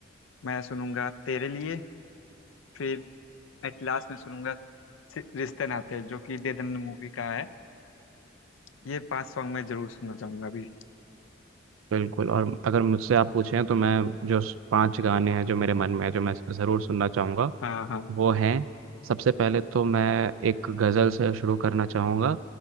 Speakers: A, on the left; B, on the right.
A: मैं सुनूंगा तेरे लिए फिर एट लास्ट में सुनूंगा सि- रिश्ते नाते हैं, जो कि दे दन मूवी का है ये पांच सॉन्ग मैं जरूर सुनना चाहूंगा अभी
B: बिल्कुल और अगर मुझसे आप पूछें तो मैं जो स- पांच गाने हैं जो मेरे मन में है जो मैं ज़रूर सुनना चाहूँगा
A: हाँ हाँ
B: वो हैं सबसे पहले तो मैं एक गज़ल से शुरू करना चाहूँगा